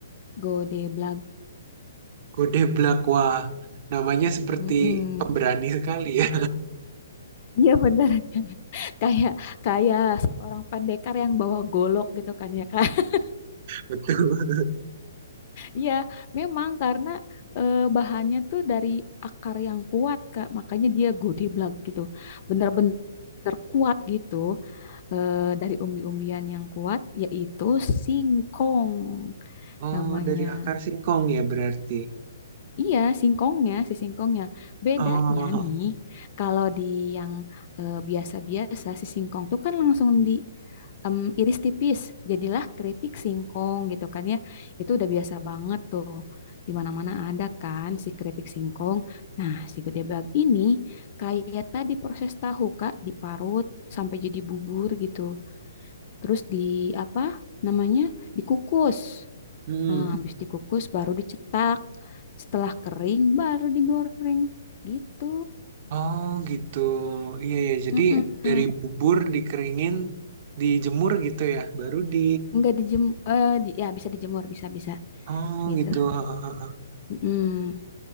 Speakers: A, on the left (about 45°); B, on the right (about 45°).
A: Godeblag, blag.
B: Godeblak, wah. Namanya seperti
A: Mm-mm.
B: pemberani sekali ya.
A: Iya bener <laughs> kayak kayak seorang pendekar yang bawa golok gitu kan ya Kak. <laughs>
B: <laughs> Betul.
A: Iya, memang karena eh, bahannya tuh dari akar yang kuat Kak, makanya dia godeblag gitu. Bener-bener kuat gitu eh, dari umbi-umbian yang kuat yaitu singkong
B: Oh,
A: namanya.
B: dari akar singkong ya berarti.
A: Iya, singkongnya, si singkongnya. Bedanya
B: Oh,
A: nih, kalau di yang eh, biasa-biasa, si singkong tuh kan langsung di em, iris tipis, jadilah keripik singkong gitu kan ya. Itu udah biasa banget tuh. Di mana-mana ada kan si keripik singkong. Nah, si gede bag ini kayak tadi proses tahu Kak diparut sampai jadi bubur gitu. Terus di apa namanya? Dikukus.
B: hmm.
A: Nah, habis dikukus baru dicetak. Setelah kering baru digoreng. Gitu.
B: Oh gitu. Iya ya. Jadi
A: Mm-mm.
B: dari bubur dikeringin, dijemur gitu ya, baru di.
A: Nggak dijem eh di- ya bisa dijemur bisa bisa
B: Oh
A: gitu.
B: gitu. <laughs>
A: Mm-mm.